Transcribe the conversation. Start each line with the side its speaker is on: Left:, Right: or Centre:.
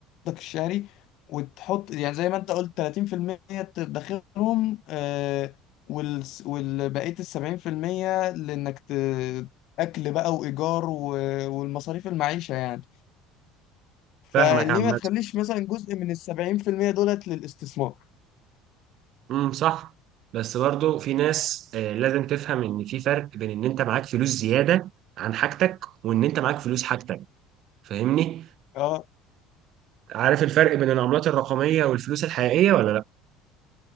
Left: قبضك الشهري وتحط يعني زي ما انت قلت 30% تدخرهم آه وال والبقيه ال 70% لانك ت... اكل بقى وايجار و... والمصاريف المعيشه يعني فليه
Right: فاهمك عامه
Left: ما تخليش مثلا جزء من ال 70% دولت للاستثمار
Right: امم صح بس برضو في ناس آه، لازم تفهم ان في فرق بين ان انت معاك فلوس زياده عن حاجتك وان انت معاك فلوس حاجتك فاهمني
Left: آه،
Right: عارف الفرق بين العملات الرقميه والفلوس الحقيقيه ولا لا